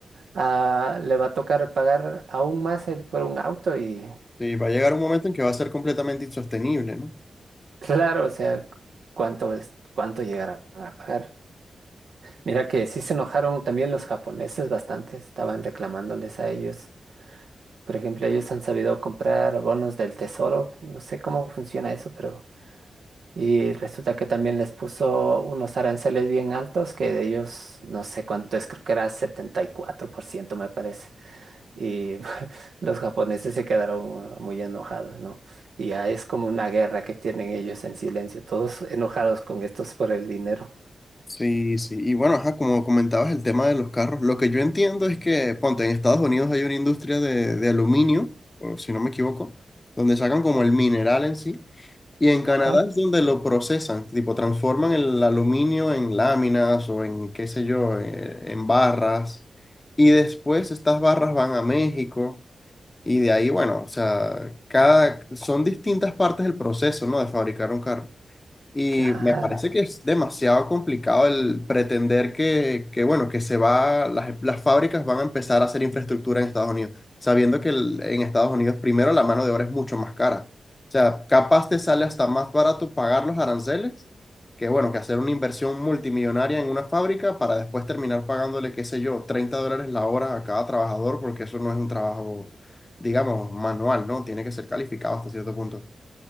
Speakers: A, on the right; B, on the left.
A: ah, le va a tocar pagar aún más el, por un auto y
B: sí, va a llegar un momento en que va a ser completamente insostenible, ¿no?
A: <laughs> claro, o sea, cuánto es, cuánto llegarán a pagar. Mira que sí se enojaron también los japoneses bastante, estaban reclamándoles a ellos. Por ejemplo, ellos han sabido comprar bonos del tesoro, no sé cómo funciona eso, pero y resulta que también les puso unos aranceles bien altos que de ellos no sé cuánto es, creo que era 74% me parece. y <laughs> los japoneses se quedaron muy enojados, ¿no? Y ya es como una guerra que tienen ellos en silencio, todos enojados con estos por el dinero.
B: Sí, sí. Y bueno, ajá, como comentabas el tema de los carros, lo que yo entiendo es que, ponte, en Estados Unidos hay una industria de, de aluminio, o si no me equivoco, donde sacan como el mineral en sí. Y en
A: Ajá,
B: Canadá es donde lo procesan, tipo transforman el aluminio en láminas o en qué sé yo, eh, en barras. Y después estas barras van a México y de ahí, bueno, o sea, cada, son distintas partes del proceso, ¿no? De fabricar un carro. Y
A: claro,
B: me parece que es demasiado complicado el pretender que, que, bueno, que se va, las, las fábricas van a empezar a hacer infraestructura en Estados Unidos, sabiendo que el- en Estados Unidos primero la mano de obra es mucho más cara. O sea, capaz te sale hasta más barato pagar los aranceles que, bueno, que hacer una inversión multimillonaria en una fábrica para después terminar pagándole, qué sé yo, 30 dólares la hora a cada trabajador, porque eso no es un trabajo, digamos, manual, ¿no? Tiene que ser calificado hasta cierto punto.